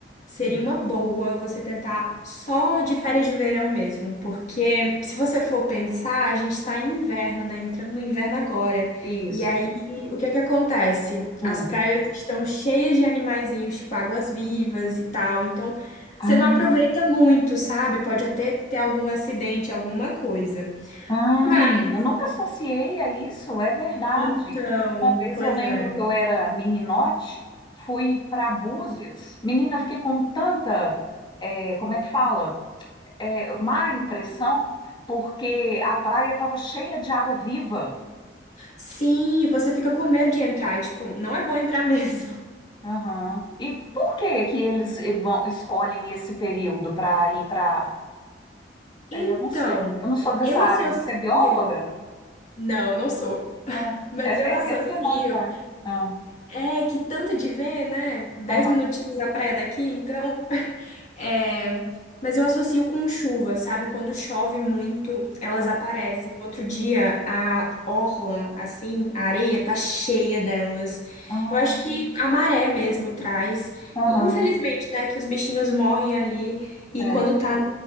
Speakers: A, on the left; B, on the left.
A: seria
B: Hum,
A: uma boa você tentar só de férias de verão mesmo, porque se você for pensar, a gente tá em inverno, né? Entrando no inverno agora.
B: isso.
A: E aí, o que que acontece?
B: hum.
A: As praias estão cheias de animaizinhos, tipo águas-vivas e tal. Então,
B: Ah,
A: você não aproveita muito, sabe? Pode até ter algum acidente, alguma coisa.
B: ah,
A: Mas,
B: menina, eu nunca associei a isso, é verdade.
A: então,
B: Uma vez
A: pois
B: eu lembro
A: é.
B: que eu era meninote, fui para Búzios. Menina, eu fiquei com tanta, eh, como é que fala? Eh, má impressão, porque a praia estava cheia de água viva.
A: Sim, você fica com medo de entrar. E, tipo, não é bom entrar <laughs> mesmo.
B: Aham. E por que que eles eh, vão, escolhem esse período para ir para.
A: Então,
B: eu não sei, eu não sou dessa
A: eu
B: área,
A: associo.
B: você é bióloga?
A: Não, não sou. <laughs>
B: Ah,
A: Mas
B: é, é-
A: eu associo.
B: é porque mora em praia. Ah,
A: É que tanto de ver, né? Dez
B: aham,
A: minutinhos na praia daqui, então. <laughs> É, mas eu associo com chuva, sabe? Quando chove muito, elas
B: ah,
A: aparecem. Outro dia, a orla, assim, a areia tá cheia delas.
B: ah.
A: Eu acho que a maré mesmo traz.
B: Aham,
A: E, Infelizmente, né, que os bichinhos morrem ali. E
B: é.
A: quando tá